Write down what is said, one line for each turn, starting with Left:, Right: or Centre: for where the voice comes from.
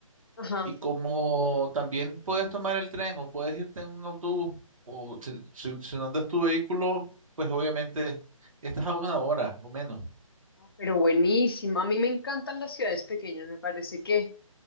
Left: Ajá,
Right: Y como también puedes tomar el tren o puedes irte en un autobús, o si, si- si no andas tu vehículo, pues obviamente estás a una hora o menos,
Left: pero buenísimo. A mí me encantan las ciudades pequeñas. Me parece que